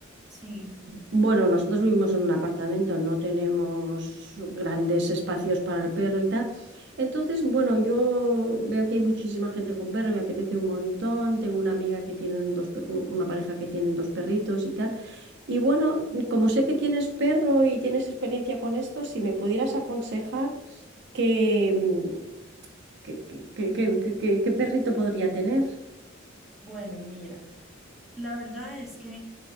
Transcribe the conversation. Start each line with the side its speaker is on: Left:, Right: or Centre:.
Centre: sí.
Right: Bueno, nosotros vivimos en un apartamento, no tenemos grandes espacios para el perro y tal. Entonces, bueno, yo veo que hay muchísima gente con perro, me apetece un montón. Tengo una amiga que tiene dos, pe- un- una pareja que tienen dos perritos y tal. Y bueno, como sé que tienes perro y tienes experiencia con esto, si me pudieras aconsejar que, mm, que- que- que- que- que- que- qué perrito podría tener.
Centre: Bueno, mira, La verdad es que